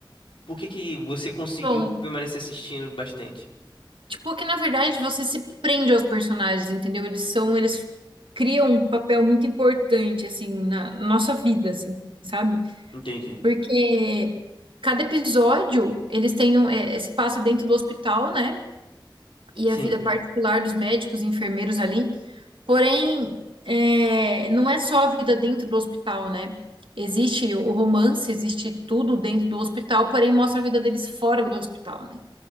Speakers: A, on the left; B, on the right.
A: por que que você conseguiu
B: Então,
A: permanecer assistindo bastante?
B: tipo que na verdade você se prende aos personagens, entendeu? Eles são, eles criam um papel muito importante, assim, na nossa vida, assim, sabe?
A: Entendi.
B: Porque cada episódio, eles têm um, é, é, se passa dentro do hospital, né? E
A: Sim,
B: a vida particular dos médicos e enfermeiros ali. Porém, é, não é só a vida dentro do hospital, né? Existe o romance, existe tudo dentro do hospital, porém mostra a vida deles fora do hospital, né?